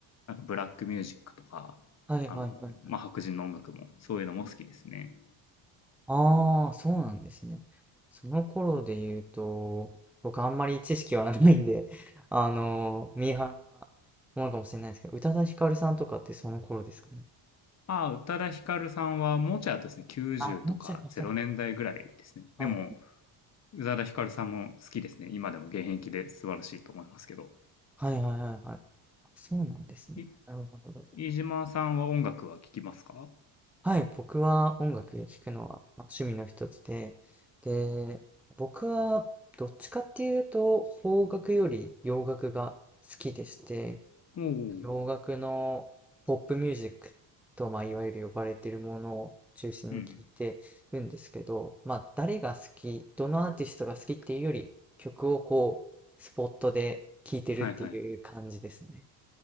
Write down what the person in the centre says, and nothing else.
はいはいはいはい。
ああ、そうなんですね。その頃で言うと、僕あんまり知識はないんで、<laughs> あのー、ミーハーなものかもしれないですけど、宇多田ヒカルさんとかってその頃ですかね。
あ、もうちょい後だはい。
はいはいはいはい。あそうなんですね。
なるほど。
はい、僕は音楽聴くのは、まあ、趣味の一つで、で、僕はどっちかっていうと邦楽より洋楽が好きでして、
洋楽のポップミュージックと、まあ、いわゆる呼ばれているものを中心に聴いてるんですけど、
まあ、誰が好き、どのアーティストが好きっていうより、曲をこう、スポットで聴いてるっていう感じですね。